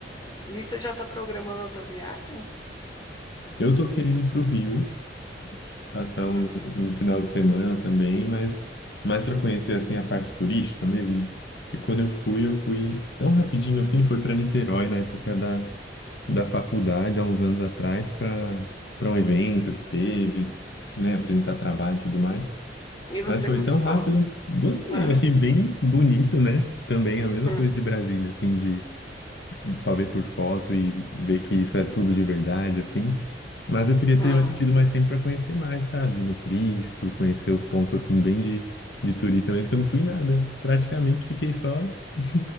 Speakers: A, on the left (about 25°); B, on the left (about 70°).
A: E você já está programando outra viagem?
B: Eu tô querendo ir pro Rio. passar
A: Uhum.
B: um, um final de semana também, mas mais para conhecer assim a parte turística mesmo. E quando eu fui, eu fui tão rapidinho assim, foi para Niterói na época da, da faculdade, há uns anos atrás, para para um evento que teve, né, apresentar trabalho e tudo mais.
A: E você
B: Mas foi
A: gostou?
B: tão rápido, gostei,
A: É?
B: achei bem bonito, né? Também a mesma
A: Hum,
B: coisa de Brasília, assim, de só ver por foto e ver que isso é tudo de verdade, assim. Mas eu queria
A: hum.
B: ter tido mais tempo para conhecer mais, sabe? No Cristo, conhecer os pontos assim bem de, de turista mesmo, que eu não fui nada. Praticamente fiquei só <laughs>